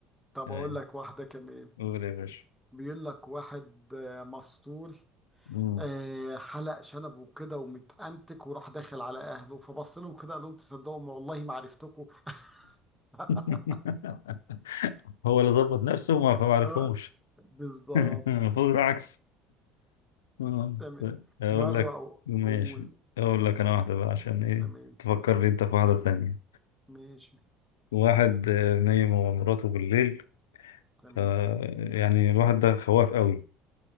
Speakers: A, in the centre; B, on the left.
A: طب
B: اي
A: اقول لك واحدة كمان
B: قول يا باشا
A: بيقول لك واحد آه، مسطول
B: مم.
A: آه، حلق شنبه وكده ومتأنتك وراح داخل على اهله فبص لهم كده قال لهم تصدقوا ما والله ما عرفتكم <laughs>
B: <laughs> هو اللي ظبط نفسه وما ما عرفهمش
A: آه، بالظبط
B: <laughs> المفروض العكس آه،
A: تمام
B: اقول
A: مرة
B: لك
A: أو-
B: ماشي
A: أقول
B: اقول لك انا واحده بقى عشان ايه
A: تمام
B: تفكرني انت في واحده تانية
A: ماشي
B: واحد آه، نايم هو ومراته بالليل
A: تمام
B: ف يعني الواحد ده خواف قوي